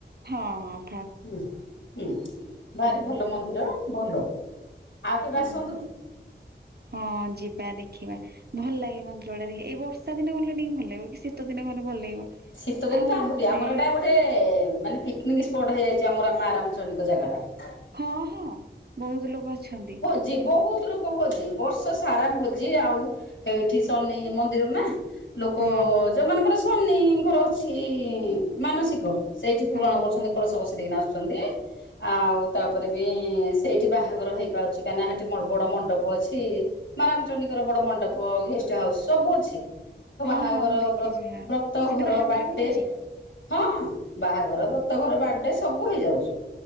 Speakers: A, on the right; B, on the left.
A: ହଁ ଅ।
B: ହିଁ ହୁଁ ଭାରି
A: ହୁଁ
B: ଭଲ ମନ୍ଦିର ଭଲ ଆଉ କେବେ
A: ହୁଁ
B: ଆସନ୍ତୁ?
A: ହୁଁ। ହଁ ଯିବା ଦେଖିବା। ଭଲ ଲାଗେ ମନ୍ଦିର ଟା ଦେଖେ ଏଇ ବର୍ଷା ଦିନ ଗଲେ ଟିକେ ଭଲ ଲାଗିବ କି ଶୀତ ଦିନ ଗଲେ ଭଲ ଲାଗିବ।
B: ଶୀତଦିନ
A: ଆଉ
B: ତ
A: ଏମିତି
B: ଆହୁରି ଆମର ଏଇଟା ଗୋଟେ ମାନେ ପିକ୍ନିକ ସ୍ପଟ୍ ହେଇଯାଇଛି ଆମର ମା ରାମଚଣ୍ଡୀ ଙ୍କ ଜାଗା ଟା।
A: ହଁ ହଁ ବହୁତ ଲୋକ ଅଛନ୍ତି।
B: ଭୋଜି ବହୁତ ଲୋକ ଭୋଜି ବର୍ଷ ସାରା ଭୋଜି ଆଉ ଏଇଠି ସନେଇ ମନ୍ଦିର ନା। ଲୋକ
A: ହଁ
B: ଯୋଉମାନଙ୍କର ସନିଙ୍କର ଅଛି ମାନସିକ ସେଇଠି ପୂରଣ
A: ହଁ।
B: କରୁଛନ୍ତି। କଳସ ବସେଇ ଦେଇକିନା ଆସୁଛନ୍ତି। ଆଉ ତାପରେ ବି ସେଇଠି ବାହାଘର ହେଇ ପାରୁଛି କାହିଁନା ସେଠି ବଡ ମଣ୍ଡପ ଅଛି। ମା ରାମଚଣ୍ଡୀଙ୍କର ବଡ ମଣ୍ଡପ ଗେଷ୍ଟ ହାଉସ ସବୁ ଅଛି। ତ ବାହାଘର
A: ହଁ ହଁ ମୁଁ ଦେଖିଛି
B: ବ
A: ହଁ
B: ବ୍ରତ
A: ସେଠି
B: ଘର
A: ବାହାଘର
B: ବାର୍ଥଡେ।
A: ବି ହଉଛି।
B: ହଁ ବାହାଘର ବ୍ରତ ଘର ବାର୍ଥଡେ ସବୁ ହେଇଯାଉଛି।